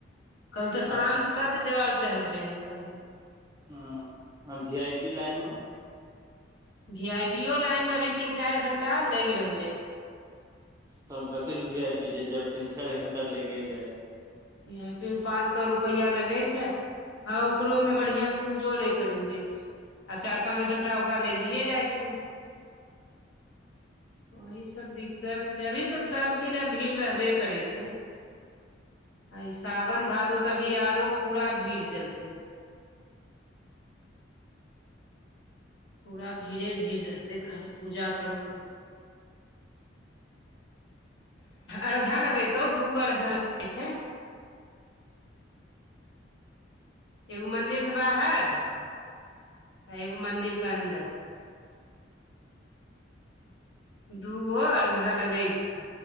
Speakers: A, on the left (about 70°); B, on the right (about 15°).
A: कल तऽ शाम
B: अभी
A: तक जल चढ़ले है कले
B: हँ वी आइ पी लाइनमे
A: वी आई पीो लाइन मे अभी तीन चारि घं्टा लागि रहले है
B: तब कथि लऽ वी आइ पी जब तीन चारि घं्टा लेगे जाय रहले हन
A: वी आई पी में पाँच सए रुपआ लगे छै हँ ओकरो
B: रहे
A: में बढ़ियां सऽ पूजो नहि करय दे छै आ चारि पाँंच घं्टा ओकरा लगिे जाइ छै ओही सब दिक्कत छै अभी तऽ सब दिन अ भीड़ रहबे करै छै आ साावन भादो तऽ अभी आरो पूरा भीड़ चलते पूरा भीड़े भीड़ रहतै खाली पूजा करू खाली अरघा लगेतौ दूगो अर्घा लगै छै एगो मंदिर सऽ बाहर एगो मंन्दिर के अन्दर दूगो अर्घा लगे छै